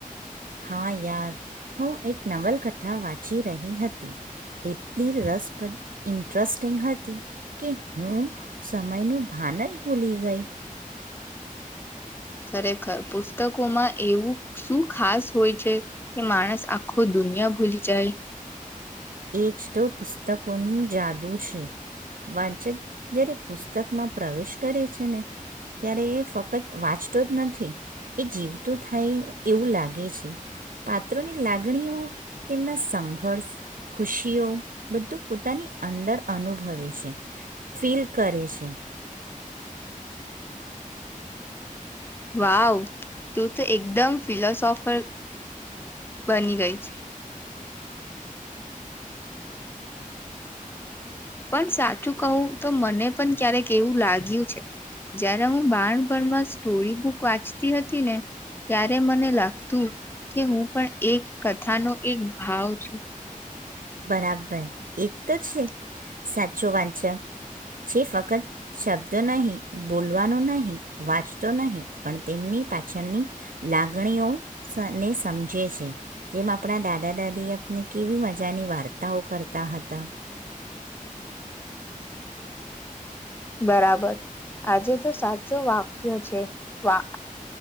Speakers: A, on the right; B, on the left.
A: હા યાર. હું એક નવલ ઠા વાંચી રહી હતી, એટલી રસપદ ઇન્ટરેસ્ટિંગ હતી, કે હું સમયનું ભાન જ ભૂલી ગઈ.
B: ખરેખર પુસ્તકો માં એવું શું ખાસ હોય છે કે માણસ આ ખું દુનિયા ભૂલી જાય.
A: એ જ તો પુસ્તકોનું જાદુ છે, વાંચક જયારે પુસ્તકમાં પ્રવેશ કરે છે ને, ત્યારે એ ફક્ત વાંચતો જ નથી, એ જીવત થાય એવું લાગે છે, પાત્રોની લાગણીઓ તેમના સંઘર્ષ. ખુશીઓ બધું પોતાની અંદર અનુભવે છે, ફીલ કરે છે.
B: વાવ તું તો એકદમ ફિલોસોફર બની ગઈ છે. પણ સાચું કહું તો મને પણ ક્યારેક એવું લાગ્યું છે, જય્યારે હું બાણ ભણમાં સ્ટોરી બુક વાંચતી હતી ને. ત્યારે મને લાગતું કે હું પણ એક કથાનો એક ભાવ છું.
A: બરાબર. પણ એક તો છે. સાચો વાંચક છે ફક્ત શબ્દ નહી બોલવાનો નહીં વાંચતો નહીં પણ તેમની પાછળની. લાગણીઓને સમજે છે, જેમ આપણા દાદા દાદી આપને કેવી મજાની વાર્તાઓ કરતા હતા.
B: બરાબર, આજે તો સાચો વાક્ય છે. વા